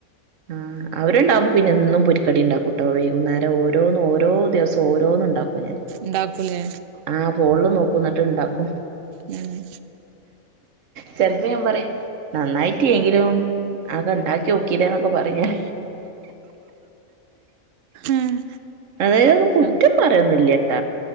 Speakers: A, on the right (about 65°); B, on the right (about 80°).
A: ആഹ് അവരുണ്ടാവുമ്പോ പിന്നെന്നും പൊരിക്കടി ണ്ടാക്കും ട്ടോ വൈകുന്നേരം ഓരോന്ന് ഓരോ ദിവസം ഓരോന്ന്ണ്ടാക്കും ഞാൻ
B: ണ്ടാക്കുലേ
A: ആഹ് ഫോണിൽ നോക്കും ന്നിട്ട് ണ്ടാക്കും
B: ഞന്
A: ചെലപ്പം ഞാൻ പറയും നന്നായിട്ട്ല്ലങ്കിലും അത് ഉണ്ടാക്കി നോക്കീലെന്നൊക്കെ പറയും ഞാൻ
B: ഉം ഉം
A: അങ്ങനെയൊന്നും കുറ്റം
B: ആഹ്
A: പറയന്നില്ലട്ടാ